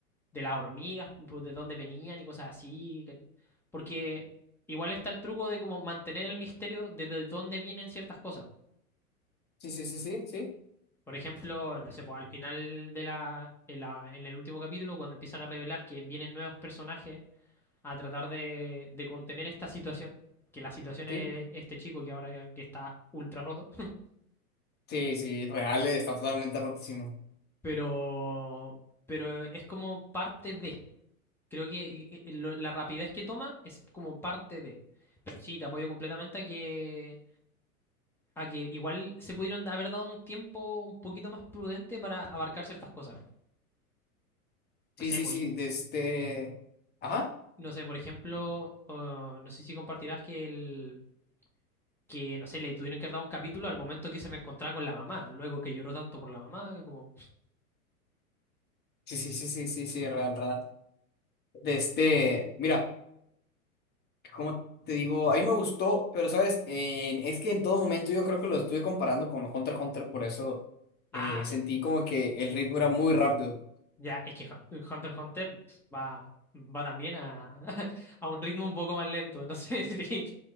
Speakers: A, in the centre; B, on the left.
A: de las hormigas, pues, de dónde venían y cosas así. que- Porque igual está el truco de como mantener el misterio de, de dónde vienen ciertas cosas.
B: sí, sí, sí, sí, sí,
A: Por ejemplo, no sé, pues, al final de la, en la- en el último capítulo, cuando empiezan a revelar que vienen nuevos personajes a tratar de, de contener esta situación, que la situación
B: sí,
A: es este chico que ahora que está ultra roto.
B: sí, sí, real, está totalmente rotísimo.
A: pero, pero es como parte de. Creo que eh, eh, lo- la rapidez que toma es como parte de. Pero sí, te apoyo completamente a que, a que igual se pudieron haber dado un tiempo un poquito más prudente para abarcar ciertas cosas.
B: Sí,
A: No sé,
B: sí,
A: pues,
B: sí, de este. Ajá.
A: no sé, por ejemplo, oh, no sé si compartirás que el que, no sé, le tuvieron que haber dado un capítulo al momento que se reencontraba con la mamá, luego que lloró tanto por la mamá, es como,
B: Sí, sí, sí, sí, sí, sí, real, real. De este. Mira, como te digo, a mí me gustó, pero sabes, En- es que en todo momento yo creo que lo estuve comparando con Hunter x Hunter, por eso eh,
A: ah,
B: sentí como que el ritmo era muy rápido.
A: Ya, es que Hun- Hunter x Hunter va, va también a, <laughs> a un ritmo un poco más lento. Entonces, <laughs> sí,